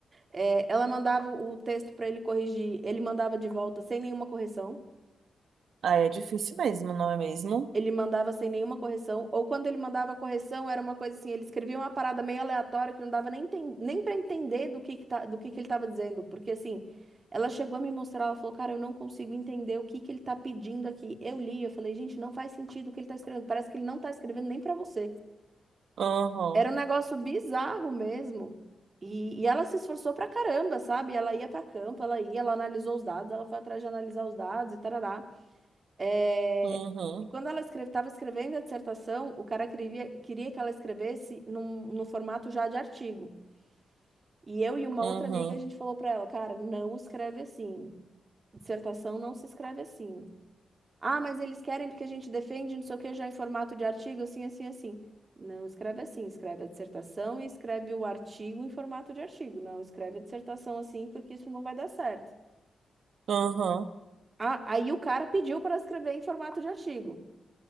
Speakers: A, on the right; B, on the right.
A: É, ela mandava o texto para ele corrigir. Ele mandava de volta sem nenhuma correção.
B: Ah, é difícil mesmo, não é mesmo?
A: Ele mandava sem nenhuma correção. Ou quando ele mandava correção, era uma coisa assim: ele escrevia uma parada meio aleatória que não dava nem, enten- nem para entender do que, que, tá, do que, que ele estava dizendo. Porque assim, ela chegou a me mostrar, ela falou: Cara, eu não consigo entender o que, que ele tá pedindo aqui. Eu li, eu falei: Gente, não faz sentido o que ele tá escrevendo. Parece que ele não tá escrevendo nem para você.
B: Uhum,
A: Era um negócio bizarro mesmo. E, e ela se esforçou pra caramba, sabe? Ela ia pra campo, ela ia, ela analisou os dados, ela foi atrás de analisar os dados e tarará. É,
B: uhum,
A: E quando ela estava escrevendo a dissertação, o cara queria, queria que ela escrevesse num, no formato já de artigo. E eu e uma
B: uhum,
A: outra amiga, a gente falou pra ela, cara, não escreve assim. Dissertação não se escreve assim. Ah, mas eles querem porque a gente defende, não sei o que, já em formato de artigo, assim, assim, assim. Não escreve assim, escreve a dissertação e escreve o artigo em formato de artigo. Não escreve a dissertação assim, porque isso não vai dar certo.
B: uhum.
A: Ah, aí o cara pediu para escrever em formato de artigo.